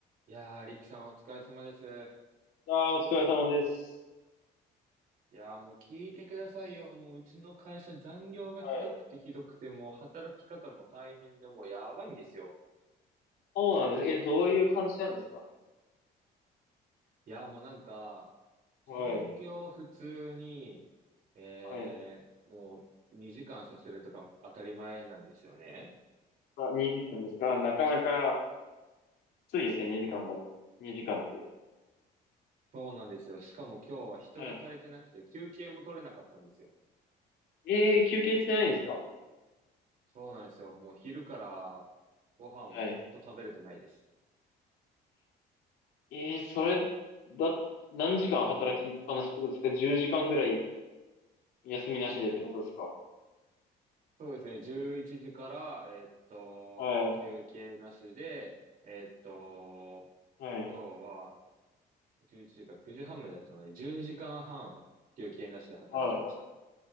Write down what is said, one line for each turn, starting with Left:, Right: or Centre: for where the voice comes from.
Right: いやー、力さんお疲れ様です。
Left: ああ、お疲れ様です。
Right: いやー、もう聞いてくださいよ。もううちの会社残業がひどくてひどくて、
Left: はい。
Right: もう働き方も大変で、もうやばいんですよ。
Left: そうなんです。え、どういう感じなんですか
Right: いやー、もうなんか、
Left: はい。
Right: 残業普通に、えー、
Left: はい。
Right: もう2時間させるとか当たり前なんですよね。
Left: あ、2時間ですかなかなか、きついですね、2時間だ。2時間って。
Right: そうなんですよ。しかも今日は人が足りてなくて休憩も取れなかったんですよ。
Left: はい。えー、休憩してないんですか
Right: そうなんですよ。もう昼からご飯をずっと食べれてないです。
Left: はい。えー、それ、だ、何時間働きっぱなしってことですか ?10 時間ぐらい休みなしでってことですか
Right: そうですね。11時から、えっと、
Left: はい。
Right: 休憩なしで、えっと、
Left: はい。
Right: 今日は11時から9時半までだったので、10時間半休憩なしで働きました。
Left: はい。